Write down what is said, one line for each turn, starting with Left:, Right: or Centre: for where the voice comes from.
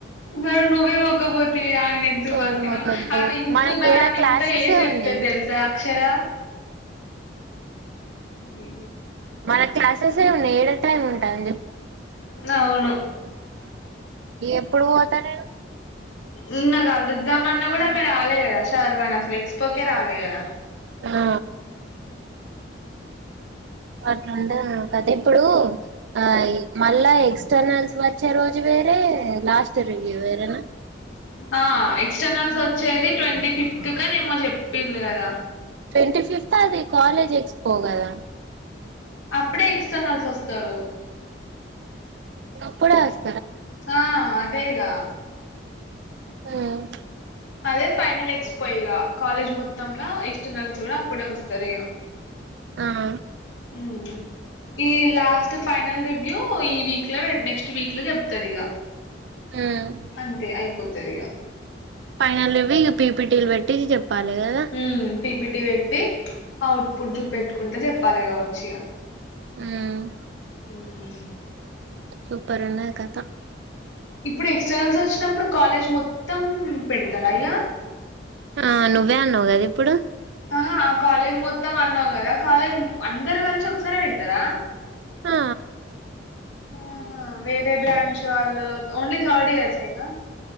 Left: మరి నువ్వే పోకపో తీ ఆమెను ఇంతకు
Right: సోది
Left: బంకినావ్
Right: మొకద్ది
Left: ఆమె ఇంతున్నదాన్ని
Right: మనకేడ క్లాసెసే
Left: ఇంత చేసి చెప్తది
Right: ఉన్నాయి
Left: తెలుసా అక్షర ఉం బీ
Right: మన క్లాసెస్ ఏ ఉన్నాయి ఏడ టైమ్ ఉంటుంది
Left: అవును
Right: ఎప్పుడు పోతా నేను
Left: నిన్న కలుుద్దామన్న గూడా ఆమె రాలే కదా షర్వనాస్రెక్స్ ప్పకే రాలే కద
Right: ఆ అట్లంటే <unintelligible> కదిప్పుడు ఆ ఇ మళ్ళా ఎక్స్టర్నల్స్ వచ్చే రోజు వేరే లాస్ట్ రివ్యూ వేరేనా
Left: ఆ ఎక్స్టర్నల్స్ వచ్చేది ట్వంటీ ఫిఫ్త్ కనేమో చెప్పిల్లు కదా
Right: ట్వెంటి ఫిఫ్త్ అది కాలేజెక్స్పో కదా
Left: అప్పుడే ఎక్స్టర్నల్సొస్తరు
Right: కప్పుడాస్
Left: ఆ అదే గా
Right: ఉమ్
Left: అదే ఫైనల్ ఎక్స్పో ఇగ కాలేజ్ మొత్తంల ఎక్స్టర్నల్స్ కూడా అప్పుడే వస్తరిగ
Right: ఆహ
Left: ఉమ్ ఈ లాస్ట్ ఫైనల్ రివ్యూ ఈ వీక్ పె లో నెక్స్ట్ వీక్ లో చెప్తదిగ
Right: ఉమ్
Left: అంతే అయిపోత్ తదిగ
Right: ఫైనల్ రివ్యూ లు పీపీటీలు పెట్టి చెప్ పాలే గద
Left: ఉమ్ పీపిటీ పెట్టి అవుట్పుట్ చూపెట్టుకుంట చెప్పాలిగ వచ్చిగ
Right: ఉమ్
Left: ఉమ్
Right: సూపరున్నది కథ
Left: ఇప్పుడు ఎక్స్టర్నల్సొచ్చినప్పుడు కాలేజ్ మొత్తం పెడతరా ఇగ
Right: ఆ నువ్వే అన్నవ్ కదిప్పుడు
Left: ఆహా కాలేజ్ మొత్తం అన్నావ్ కదా కాలేజ్ అందరు కలి త్ ఒకసారే పెడతారా
Right: ఆ
Left: ఆహా వేరే బ్రాంచ్ వాళ్ళు ఓన్లీ థర్డీయర్సేగా